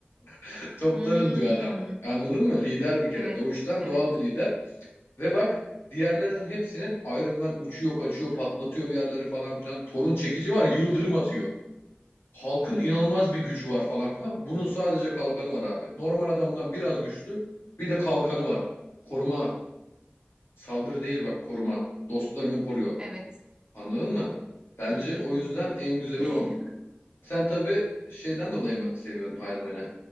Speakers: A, on the left; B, on the right.
A: <laughs> Toplanın
B: Hmm.
A: diyor adam. Anladın mı? Lider bir kere.
B: Evet,
A: Doğuştan
B: evet.
A: doğal bir lider. Ve bak diğerlerinin hepsinin Iron Man uçuyor, kaçıyor, patlatıyor bir yerleri falan filan. Thor'un çekici var, yıldırım atıyor. Halkın inanılmaz
B: Hı hı.
A: bir gücü var falan filan. Bunun sadece kalkanı var abi. Normal adamdan biraz güçlü. Bir de kalkanı var. Koruma. Saldırı değil bak koruma. Dostlarını koruyor.
B: Evet.
A: Anladın mı? Bence
B: Hmm.
A: o yüzden en güzeli
B: <laughs>
A: o. Sen tabii şeyden dolayı mı seviyorsun Iron Man'i?